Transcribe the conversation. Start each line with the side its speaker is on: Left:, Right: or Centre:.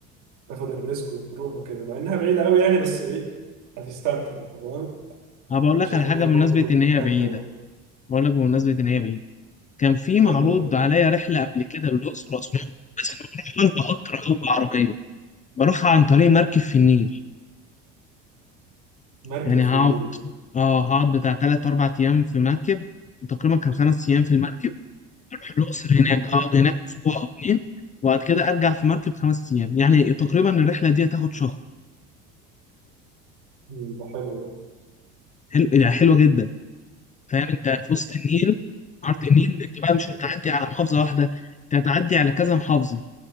Right: تاخد الريسك وتروح وكده مع انها بعيده قوي يعني بس ايه هتستمتع انت فاهم
Left: انا بقول
Right: انا
Left: لك
Right: شايف
Left: على حاجه
Right: ان هي
Left: بمناسبه
Right: برضو م-
Left: ان هي
Right: مكان
Left: بعيده
Right: حلو
Left: بقول لك بمناسبه ان هي بعيده كان في معروض
Right: قول لي طيب
Left: عليا رحلة قبل كده للأقصر وأسوان بس أنا ما بروحهاش بقطر أو بعربية بروح عن طريق مركب في النيل
Right: مركب
Left: يعني
Right: في
Left: هقعد
Right: النيل
Left: اه هقعد بتاع تلات أربع أيام في مركب وتقريبا كان خمس أيام في المركب أروح الأقصر هناك أقعد هناك أسبوع أو اتنين وبعد كده أرجع في مركب خمس أيام يعني تقريبا الرحلة دي هتاخد شهر
Right: مم، ده حلو
Left: حلو يعني حلوة جدا فاهم أنت في وسط النيل عرض النيل أنت بقى مش هتعدي على محافظة واحدة أنت هتعدي على كذا محافظة